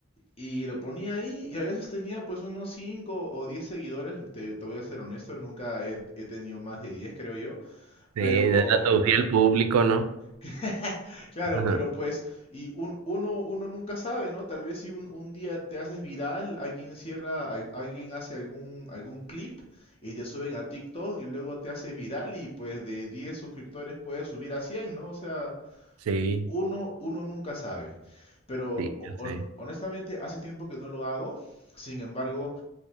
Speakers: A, on the left; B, on the right.
A: Y lo ponía ahí y a veces tenía pues unos 5 o 10 seguidores, te, te voy a ser honesto, nunca he, he tenido más de 10 creo yo,
B: Sí,
A: pero
B: era tu fiel público, ¿no?
A: <laughs> Claro,
B: <laughs> Ujú.
A: pero pues, y un, uno, uno nunca sabe, ¿no? Tal vez si un, un día te haces viral, alguien cierra, al- alguien hace algún, algún clip y te suben a TikTok y luego te haces viral y pues de 10 suscriptores puedes subir a 100, ¿no? O sea,
B: Sí,
A: uno, uno nunca sabe. Pero
B: sí,
A: ho-
B: ya
A: hon-
B: sé.
A: honestamente, hace tiempo que no lo hago. Sin embargo,